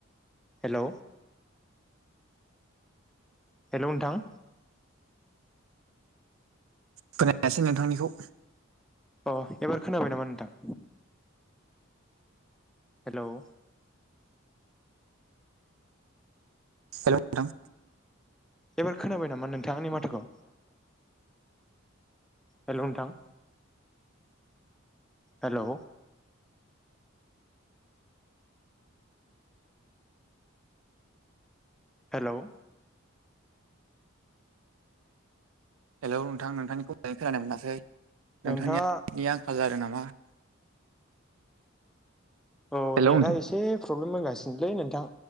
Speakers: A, in the centre; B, on the right.
A: हेल' हेल' नथां
B: खोनायासै नोंथांनिखौ।
A: अ एबार खोनाबाय नामा नोंथां? हेल'
B: हेल' नोंथां
A: एबार खोनाबाय नामा नोंथां आंनि माथोखौ? हेल' नोंथां हेल' हेल'
B: हेलौ नोंथां नोंथांनिखौलानि खोनानो मोनासै
A: नोंथाङा
B: नोंथांनिया <unintelligible> आंखाल जादों नामा?
A: औ
B: हेल'
A: नेटआ
B: नोंथां
A: एसे प्रब्लेम होगासिनोलै नोंथां।